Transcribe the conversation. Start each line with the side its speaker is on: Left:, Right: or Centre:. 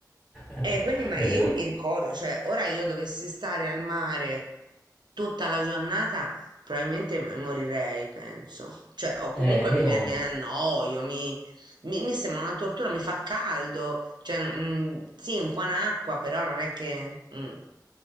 Centre: Eh,
Right: E quindi ma
Centre: Beh,
Right: io
Centre: devo...
Right: mi ricordo, cioè ora io dovessi stare al mare tutta la giornata, probabilmente m- morirei, penso. Cioè, o comunque
Centre: eh,
Right: mi,
Centre: io
Right: ve- mi annoio, mi, mi, mi sembra una tortura, mi fa caldo, cioè, mm, sì, un po' in acqua, però non è che... mm.